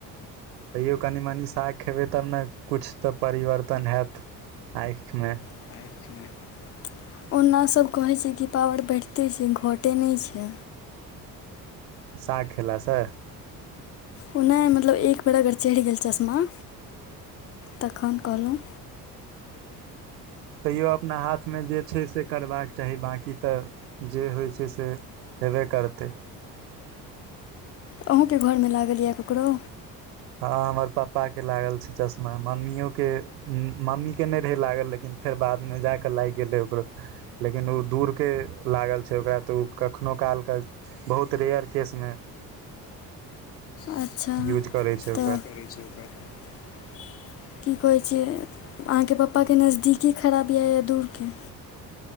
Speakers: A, on the right; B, on the left.
A: तैयो कनि मनी साग खेबै तब ने कुछ तऽ परिवर्तन एत आँख मे
B: <inaudible> ओना सब कहै छै कि पावर बैढिते छै घटे नहि छै
A: साग खिला से
B: ओ नहि मतलब एक बेर अगर चढ़ि गेल चश्मा तखन कहलहुँ
A: तैयो आप अपना हाथमे जे छै से करबाक चाही बाँकी तऽ जे होइ छै से हेबे करतै
B: अहूँके घरमे लागल यऽ ककरो
A: हँ हमर पापाके लागल छै चश्मा मम्मियओके मम्मीके नहि रहे लागल लेकिन फेर बाद मे जा जाके लाइक ओ लेकिन ओ दूर के लागल छै ओकरा तऽ ओ कखनो काल के बहुत रेयर केसमे
B: अच्छा
A: यूज करै छै
B: तऽ
A: ओकर
B: की कहै छै अहाँके पप्पाके नजदीकी खराब यएए दूरके